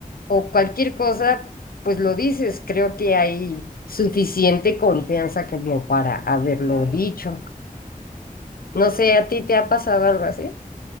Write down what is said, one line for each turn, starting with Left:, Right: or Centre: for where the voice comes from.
Left: o cualquier cosa, pues lo dices. Creo que hay suficiente confianza como para haberlo
Right: Claro,
Left: dicho.
Right: claro,
Left: No sé,
Right: y
Left: ¿a ti te ha pasado algo así?